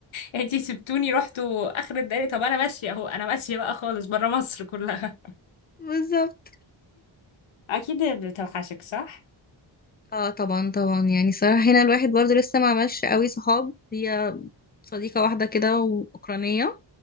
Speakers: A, on the left; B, on the left.
A: انتي سبتوني رحتوا آخر الدنيا طب أنا ماشية أهو أنا ماشية بقى خالص برا مصر كلها
B: بالظبط
A: أكيد بتوحشك صح؟
B: اه طبعا طبعا يعني صراحه هنا الواحد برضو لسه ما عملش قوي صحاب هي صديقه واحده كده واوكرانيه